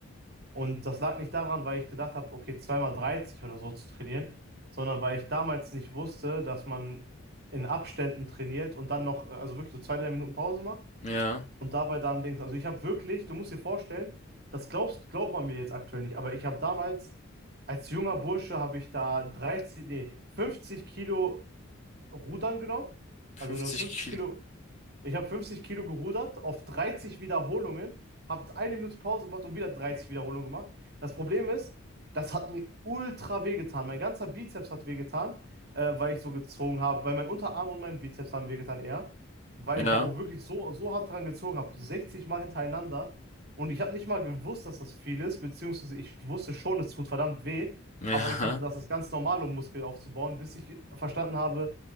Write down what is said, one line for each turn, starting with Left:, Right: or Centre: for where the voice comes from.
Right: Und das lag nicht daran, weil ich gedacht habe, okay, zweimal 30 oder so zu trainieren, sondern weil ich damals nicht wusste, dass man in Abständen trainiert und dann noch, äh, also wirklich so zwei, drei Minuten Pause macht
Left: ja,
Right: und dabei dann Dings. Also ich habe wirklich, du musst dir vorstellen, das glaubst, glaubt man mir jetzt aktuell nicht, aber ich habe damals als junger Bursche habe ich da 30, nee, 50 Kilo Rudern genommen,
Left: 50
Right: also eine 50
Left: Kilo.
Right: Kilo, ich habe 50 Kilo gerudert auf 30 Wiederholungen, habe eine Minute Pause gemacht und wieder 30 Wiederholungen gemacht. Das Problem ist, das hat mir ultra wehgetan. Mein ganzer Bizeps hat wehgetan, äh, weil ich so gezogen habe. Weil mein Unterarm und mein Bizeps haben wehgetan eher, weil
Left: Ja,
Right: ich ja auch wirklich so, so hart dran gezogen habe. 60 Mal hintereinander. Und ich habe nicht mal gewusst, dass das viel ist, beziehungsweise ich wusste schon, es tut verdammt weh.
Left: ja,
Right: Aber ich dachte, das ist ganz normal, um Muskel aufzubauen, bis ich verstanden habe,